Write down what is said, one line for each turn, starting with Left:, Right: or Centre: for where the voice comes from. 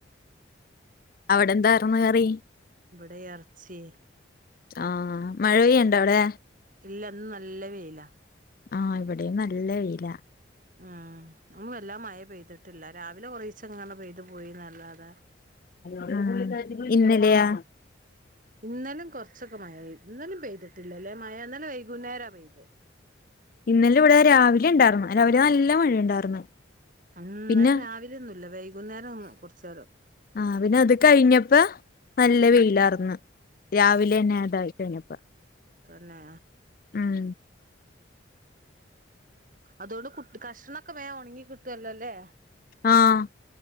Left: അവിടെ എന്തായിറ്ന്ന് കറി
Right: ഇവിടെ എറച്ചി
Left: ആഹ് മഴ പെയ്യണ്ണ്ടാ അവിടെ
Right: ഇല്ലന്ന് നല്ല വേയ്ലാ
Left: ആഹ് ഇവിടെയും നല്ല വെയിലാ
Right: ഉം ങും എല്ലാ മഴേം പെയ്തിട്ടില്ല രാവിലെ കൊറെ ദിവസം ഇങ്ങന പെയ്തു പോയിന്നല്ലാതെ
Left: ആ ഇന്നലെയാ
Right: ഉം ഇന്നലും കുറച്ചൊക്കെ മഴ പെയ്ത് ഇന്നലും പെയ്തിട്ടില്ല അല്ലേ മഴ ഇന്നലെ വൈകുന്നേരാ പെയ്തെ
Left: ഇന്നലെ ഇവിടെ രാവിലെ ഉണ്ടായിർന്നു രാവിലെ നല്ല മഴ ഉണ്ടായിർന്നു
Right: ഉം ഇന്നലെ
Left: പിന്നെ
Right: രാവിലെയൊന്നുല്ല വൈകുന്നേരം ഒന്ന് കൊറച്ചേരം
Left: ആഹ് പിന്നെ അത് കഴിഞ്ഞപ്പ നല്ല
Right: ഉം
Left: വെയിലാർന്ന് രാവിലെ തന്നെ അതായി കഴിഞ്ഞപ്പ
Right: പിന്നെ
Left: ഉം
Right: അതൊണ്ട് കുട്ട് കഷ്ണോക്കെ വേഗം ഉണങ്ങി കിട്ടുവല്ലോല്ലേ
Left: ആഹ്